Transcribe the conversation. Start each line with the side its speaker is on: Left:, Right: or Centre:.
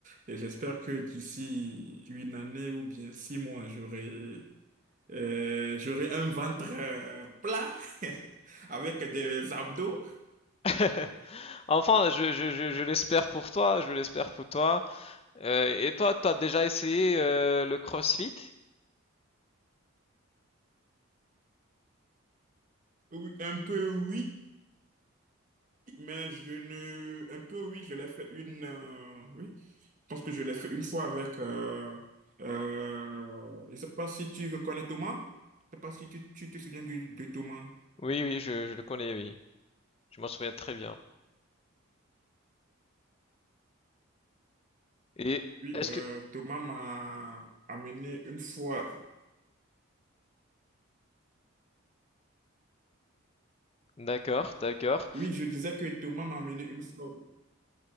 Right: et j'espère que d'ici une année ou bien six mois, j'aurai Euh, j'aurais un ventre euh, plat <laughs> avec des abdos.
Left: <laughs> Enfin, je, je, je, je l'espère pour toi, je l'espère pour toi. Euh, et toi, t'as déjà essayé euh, le CrossFit?
Right: Oui, un peu oui, mais je ne... Un peu oui, je l'ai fait une... euh, oui, je pense que je l'ai fait une fois avec... Euh, euh, je ne sais pas si tu reconnais Thomas. Je ne sais pas si tu, tu te souviens du- de Thomas.
Left: Oui, oui, je, je le connais, oui. Je m'en souviens très bien. Et
Right: Oui,
Left: est-ce
Right: euh,
Left: que...
Right: Thomas m'a amené une fois.
Left: D'accord, d'accord.
Right: Oui, je disais que Thomas m'a amené une fois.